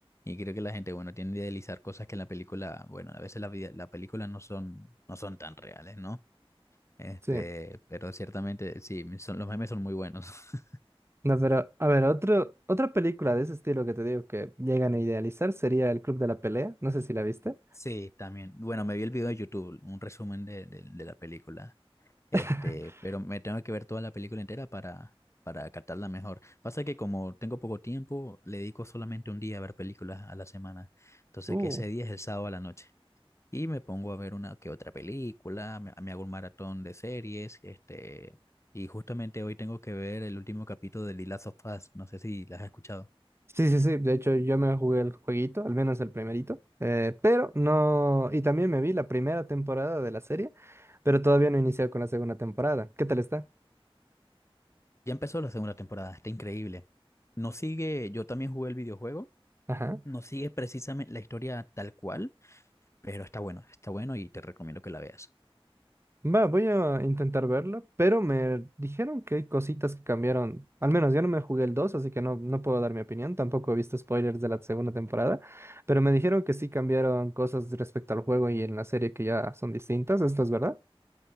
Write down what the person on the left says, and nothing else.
y creo que la gente, bueno, tiende a idealizar cosas que en la película, bueno, a veces la, vida- la película no son, no son tan reales, ¿no? Este,
pero ciertamente, sí, son, los memes son muy buenos. <laughs>
Sí, también. Bueno, me vi el video de YouTube, un resumen de, de, de la película. Este,
pero me tengo que ver toda la película entera para, para captarla mejor. Pasa que como tengo poco tiempo, le dedico solamente un día a ver películas a la semana. Entonces,
que ese día es el sábado a la noche. Y me pongo a ver una que otra película, me, me hago un maratón de series, este, y justamente hoy tengo que ver el último capítulo de The Last of Us. No sé si las has escuchado.
Ya empezó la segunda temporada, está increíble. No sigue, yo también jugué el videojuego,
no sigue precisamente la historia tal cual Pero está bueno, está bueno y te recomiendo que la veas.